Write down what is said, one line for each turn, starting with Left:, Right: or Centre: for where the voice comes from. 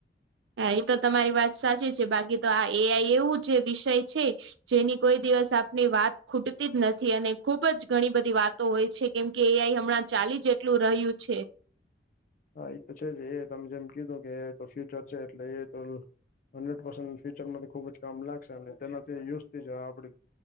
Right: એ તો તમારી વાત સાચી છે બાકી તો આ એ આઇ એવું જે વિષય છે. જેની કોઈ દિવસ આપની વાત ખૂટતી જ નથી અને ખુબ જ ઘણી બધી વાતો હોય છે કેમ કે એ આઈ હમણાં
Left: હા
Right: ચાલી જેટલું રહ્યું છે.
Left: હા એ તો છે જ એ આઈ તમે જેમ કીધું કે એ આઈ તો ફ્યુચર છે એટલે એ તો હંડ્રેડ પસન્ટ ફ્યુચર માં તો ખુબ જ કામ લાગશે અને તેનાથી યુઝથી જ આપણી